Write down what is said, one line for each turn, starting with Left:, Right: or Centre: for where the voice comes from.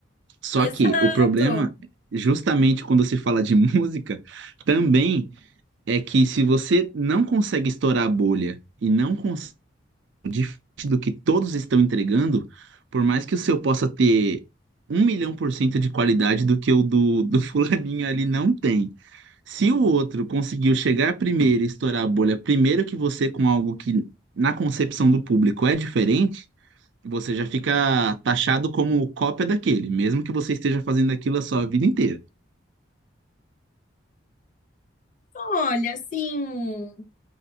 Right: Só
Left: Exato.
Right: que o problema, justamente quando se fala de <laughs> música, também. é que se você não consegue estourar a bolha e não consegue, diferente do que todos estão entregando, por mais que o seu possa ter um milhão por cento de qualidade do que o do, do <laughs> fulaninho ali não tem. Se o outro conseguiu chegar primeiro e estourar a bolha primeiro que você com algo que na concepção do público é diferente, você já fica taxado como cópia daquele, mesmo que você esteja fazendo aquilo a sua vida inteira.
Left: Olha, assim,